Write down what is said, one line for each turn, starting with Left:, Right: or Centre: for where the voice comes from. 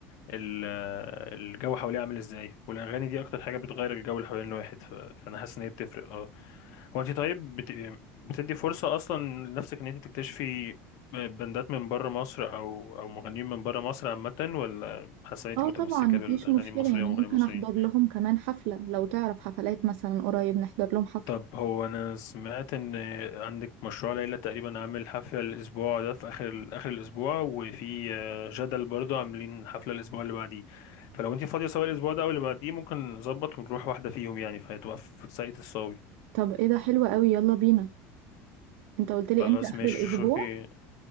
Left: ال- الجو حواليه عامل ازاي والاغاني دي اكتر حاجه بتغير الجو اللي حوالين الواحد ف... فانا حاسس ان هي بتفرق اه هو انت طيب بت... بتدي فرصه اصلا لنفسك ان انت تكتشفي بندات من بره مصر او او مغنيين من بره مصر عامه ولا حاسه ان انت
Right: اه
Left: متمسكه
Right: طبعا مفيش
Left: بالاغاني
Right: مشكلة
Left: المصريه
Right: يعني
Left: ومغنيين
Right: ممكن
Left: مصريين
Right: أحضر لهم كمان حفلة لو تعرف حفلات مثلا قريب نحضر لهم حفلة
Left: طب هو انا سمعت ان عندك مشروع ليلى تقريبا عامل حفلة الاسبوع ده في اخر اخر الاسبوع وفي آه، جدل برضه عاملين حفلة الاسبوع اللي بعديه فلو انت فاضية سواء الاسبوع ده او اللي بعديه ممكن نظبط ونروح واحدة فيهم يعني فهتبقى في ساقية الصاوي
Right: طب ايه ده حلو قوي يلا بينا انت قلت لي
Left: خلاص
Right: امتى اخر
Left: ماشي
Right: الاسبوع
Left: شو- شوفي